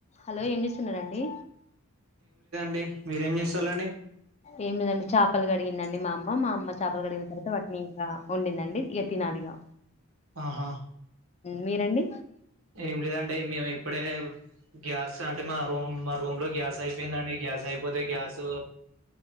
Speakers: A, on the left; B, on the right.
A: Hello ఏం చేస్తున్నరండి
B: టె మీరేం చేస్తాలండి
A: ఏం లేదండి చాపలు కడిగిందండి మా అమ్మ మా అమ్మ చేపలు కడిగిన తర్వాత వాటిని వండిందండి యతినాలిగా
B: ఆహా
A: మీరండి
B: ఏం లేదండి మేమ ఇప్పుడే గ్యాస్ అంటే మా రూమ్ మా రూమ్ లో గ్యాస్ అయిపోయిందండి గ్యాస్ అయిపోతే గ్యాసు